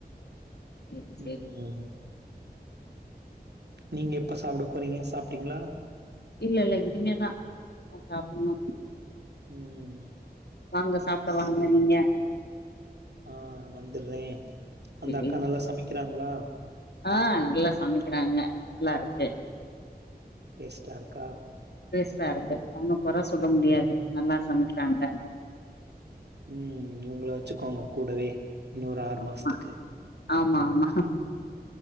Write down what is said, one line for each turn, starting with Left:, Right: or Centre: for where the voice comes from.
Left: சேரி
Right: ம்
Left: சேரி
Right: நீங்க எப்ப சாப்ட போறீங்க சாப்ட்டீங்களா
Left: இல்ல இல்ல இனிமேதா நா சாப்புட்ணு
Right: ம்
Left: வாங்க சாப்ட வாங்க
Right: சரி.
Left: நீங்க
Right: ஆ வந்துடுறேன்.
Left: சேரி
Right: அந்த அக்கா நல்லா சமைக்கிறாங்களா?
Left: ஆ நல்லா சமைக்கிறாங்க நல்லாருக் ஏ
Right: டேஸ்டார்கா
Left: டேஸ்ட்டாருக்கு அவங்க கொற சொல்ல முடியாது நல்லா சமைக்கிறாங்க
Right: உம் இவுங்கள வச்சுக்கோங்க கூடவே இன்னொரு ஆறு
Left: ஆமா
Right: மாஸத்துக்கு
Left: ஆமா ஆமா